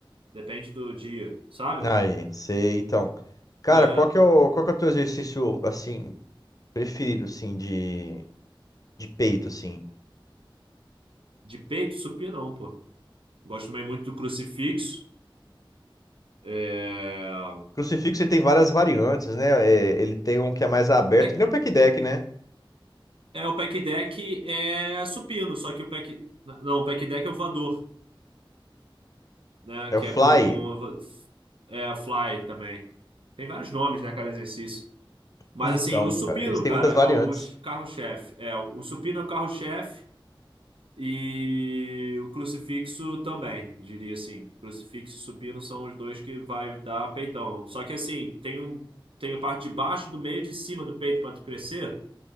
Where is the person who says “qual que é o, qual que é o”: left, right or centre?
Left